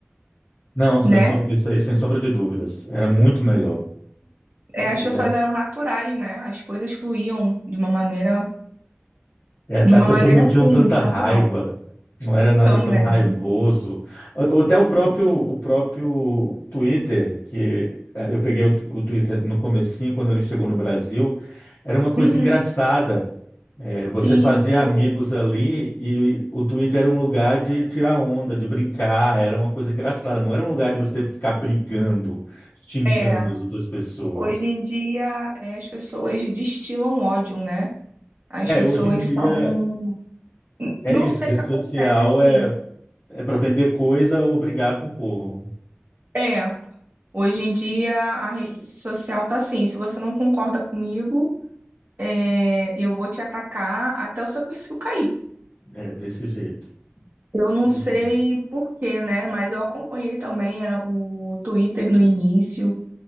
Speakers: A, on the left; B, on the right.
A: não, sem,
B: né?
A: som- isso aí, sem sombra de dúvidas. Era muito melhor. É,
B: É, As
A: e
B: pessoas
A: a-
B: eram naturais, né? As coisas fluíam de uma maneira,
A: é,
B: de
A: as
B: uma
A: pessoas
B: maneira
A: não tinham
B: assim,
A: tanta
B: natural
A: raiva, não era nada
B: também.
A: tão raivoso. Ou ou até o próprio, o próprio Twitter, que é, eu peguei o, o Twitter no comecinho, quando ele chegou no Brasil, era uma coisa
B: Uhum,
A: engraçada. É, você
B: isso.
A: fazia amigos ali e o Twitter era um lugar de tirar onda, de brincar, era uma coisa engraçada, não era um lugar de você ficar brigando, xingando
B: É,
A: as outras pessoas.
B: hoje em dia é, as pessoas destilam ódio, né? As
A: É,
B: pessoas
A: hoje em dia
B: são.
A: é
B: Não
A: isso,
B: sei
A: rede
B: o que acontece.
A: social é, é para vender coisa ou brigar com o povo.
B: É, hoje em dia a rede social tá assim, se você não concorda comigo. é, eu vou te atacar até o seu perfil cair.
A: É desse jeito.
B: Eu não
A: infelizmente.
B: sei por quê, né? Mas eu acompanhei também a o Twitter no início.